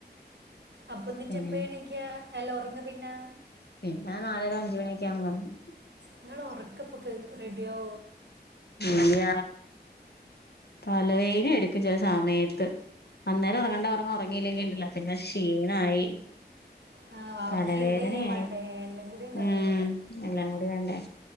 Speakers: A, on the right (about 85°); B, on the left (about 70°).
A: അപ്പന്നിട്ട്
B: പിന്നെ
A: എപ്പയാ എണീക്കാ അല്ല ഒറങ്ങ പിന്നെ
B: പിന്നെ നാലര അൻജ് മണിയൊക്കെ ആവ്മ്പോ ഒറങ്ങും
A: ങ്ങളെ ഒറക്കപ്പൊക്കെ റെഡിഓ
B: ഇല്ല പലയ്നും എട്ക്ക് ചെല സമയത്ത് അന്നേരം ഒറങ്ങണ്ട ഒറങ്ങില്ലെങ്കിണ്ടല്ലോ പിന്നെ ക്ഷീണായി
A: ആ വാവക്ക്
B: തലവേദനയായി
A: ഫീഡ് ചെയ്യാൻ വേണ്ടേ എല്ലാം കൂടി ഉണ്ടാവില്ലേ
B: ഉം എല്ലാം കൂടി വെണ്ടേ